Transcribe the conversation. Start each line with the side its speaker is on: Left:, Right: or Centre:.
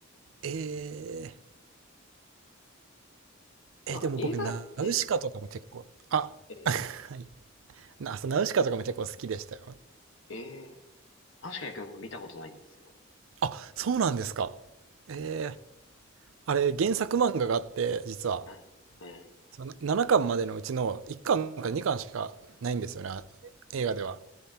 Right: え
Left: なんか映画、
Right: ー、え、でも僕、ナウシカとかも結構、
Left: え、
Right: あ、
Left: え
Right: はい。な、そう、ナウシカとかも結構好きでしたよ。
Left: ー、えー、確かに僕見たことないんですよ。
Right: あ、そうなんですか。えー、あれ、原作漫画があって、実は、
Left: うん、えー、
Right: その7巻までのうちの1巻か2巻しかないんですよね、あ映画では。